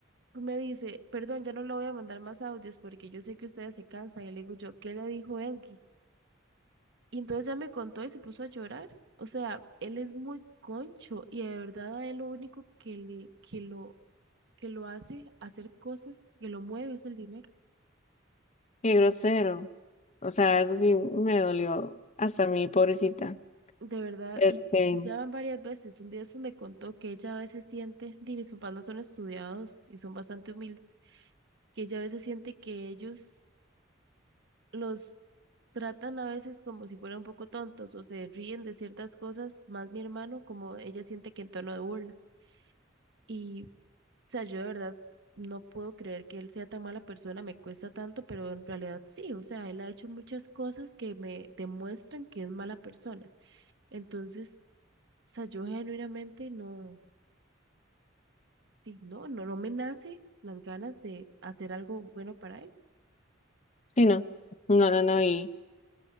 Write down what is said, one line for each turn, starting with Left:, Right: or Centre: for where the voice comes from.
Right: me dice, perdón, ya no le voy a mandar más audios porque yo sé que ustedes se cansan. Y le digo yo, ¿qué le dijo Edgy? Y entonces ya me contó y se puso a llorar. O sea, él es muy concho y de verdad a él lo único que le, que lo, que lo hace hacer cosas, que lo mueve es el dinero.
Left: qué grosero. O sea, eso sí me dolió hasta mi pobrecita.
Right: De verdad,
Left: Este,
Right: y ya van varias veces. Un día eso me contó que ella a veces siente, y mis papás no son estudiados y son bastante humildes, que ella a veces siente que ellos los tratan a veces como si fueran un poco tontos o se ríen de ciertas cosas, más mi hermano, como ella siente que en tono de burla. Y, o sea, yo de verdad no puedo creer que él sea tan mala persona, me cuesta tanto, pero en realidad sí, o sea, él ha hecho muchas cosas que me demuestran que es mala persona. Entonces, o sea, yo genuinamente no, sí, no, no, no me nace las ganas de hacer algo bueno para él.
Left: sí, no, no, no, no, y...